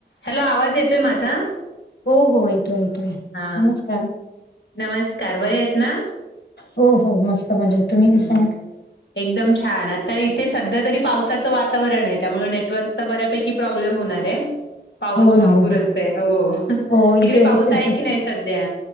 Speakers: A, on the left; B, on the left.
A: Hello, आवाज येतोय माझा.
B: हो हो, येतोय येतोय.
A: हा,
B: नमस्कार
A: नमस्कार बरे आहेत ना
B: हो हो, मस्त मजेत तुम्ही
A: हम्,
B: कसे आहात
A: एकदम छान. आता इथे संध्या तरी पावसाचं वातावरण आहे. त्यामुळे नेटवर्क चा बऱ्यापैकी प्रॉब्लेम होणार आहे.
B: <inaudible>
A: पाऊस भरपूरच
B: हो ना
A: आहे हो.
B: हो
A: तिकडे
B: इकडे
A: पाऊस
B: तसच
A: आहे की, नाही संध्या.